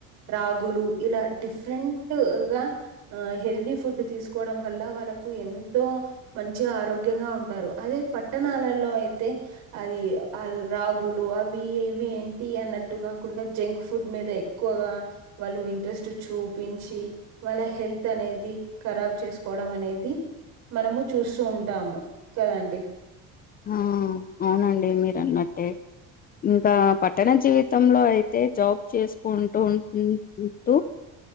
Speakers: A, on the right; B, on the left.
A: రాగులు ఇలా డిఫరెంట్ గా హెల్దీ ఫుడ్ తీసుకోవడం వల్ల వాళ్లకు ఎంతో మంచిగా ఆరోగ్యంగా ఉంటారు అదే పట్టణాలలో అయితే అది ఆ రాగ్ గులు అవి ఇవి ఏంటి అన్నట్టు గాకుండా జంక్ ఫుడ్ మీద ఎక్కువగా వాళ్లు ఇన్ ఇంట్రెస్ట్ చూపించి వాళ్ల హెల్త్ అనేది ఖరాబ్ చేసుకోవడం మనేది మనము చూసు ఉంటాము కదండి
B: ఉమ్మ్ అవునండి మీరు అన్నట్టే ఇంకా పట్టణ జీవితంలో అయితే జాబ్ చేసుకుంటు ఉం ఉ ఉంటూ